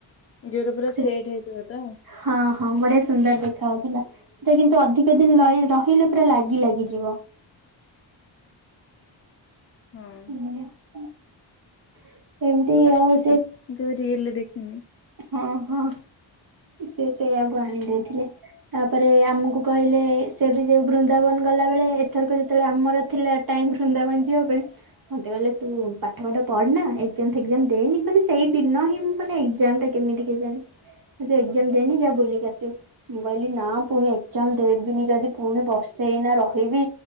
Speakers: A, on the left; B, on the right.
A: ଜୋରେ ପୁରା
B: ସେ
A: ସେଟ୍ ହେଇଥିବ ତ।
B: ହଁ ହଁ ବଢିଆ ସୁନ୍ଦର ଦେଖା ଯାଉଥିଲା ସେଟା କିନ୍ତୁ ଅଧିକ ଦିନ ର ରହିଲେ ପୁରା ଲାଗି ଲାଗିଯିବ <unintelligible>
A: ହଁ
B: <unintelligible> ଏମିତି
A: ଦେଖିଛି
B: ଆଉ ସେ
A: ମୁଁ କେବେ ରିଏଲରେ ଦେଖିନି।
B: ହଁ ହଁ ସେ ସେଇଆକୁ ଆଣି ଦେଇେଇଥିଲେ ତାପରେ ଆମକୁ କହିଲେ ସେ ବି ଯଉ ବୃନ୍ଦାବନ ଗଲା ବଳେ ଏଥରକ ଯେତେବେଳେ ଆମର ଥିଲା ଟାଇ ବୃନ୍ଦାବନ ଯିବା ପାଇଁ ମତେ କହିଲେ ତୁ ପାଠ ପାଠ ପଢୁନା ଏଜାମ ଫେଜମ ଦେନି ମାନେ ସେଇ ଦିନ ହିଁ ମୁଁ ମାନେ କେମିତି କେ ଜାଣଣି ମୁ ଏଜାମ ଦେଇନି ଯାହା ବୁଲିକି ଆସିବୁ ମୁଁ କହିଲି ନା ପୁଣି ଏଜାମ ଦେବିନି ଯଦି ପୁଣି ବର୍ସେଇନା ରହିବି